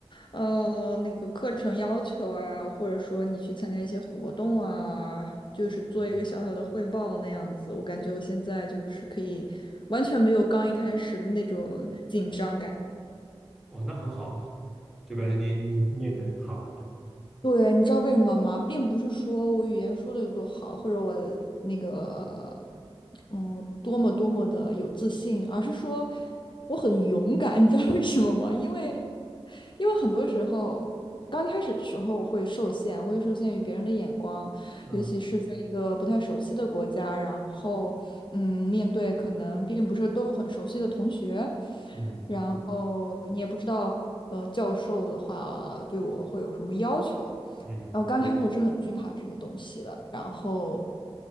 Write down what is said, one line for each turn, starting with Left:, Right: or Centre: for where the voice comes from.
Left: 呃，那个课程要求啊，或者说你去参加一些活动啊，就是做一个小小的汇报那样子。
Centre: 哦，
Left: 我感觉我现在就是可以完全没有刚一开始的那种紧张感。
Centre: 哦，那很好啊，就表示你你训练的很好了。
Left: 对，你知道为什么吗？并不是说我语言说的有多好，或者我那个，嗯，多么多么的有自信，而是说我很勇敢。你知道为什么吗？因为，因为很多时候刚开始的时候我会受限，我会受限于别人的眼光，
Centre: 嗯
Left: 尤其是在一个不太熟悉的国家，然后嗯，面对可能并不是都很熟悉的同学，
Centre: 嗯
Left: 然后你也不知道呃教授的话对我会有什么要求，
Centre: 嗯
Left: 然后刚开始是很惧怕这些东西的，然后